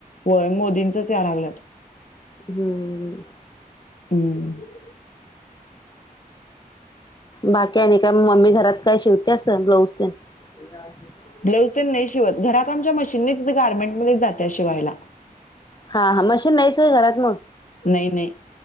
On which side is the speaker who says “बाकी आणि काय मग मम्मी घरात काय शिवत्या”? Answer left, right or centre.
Left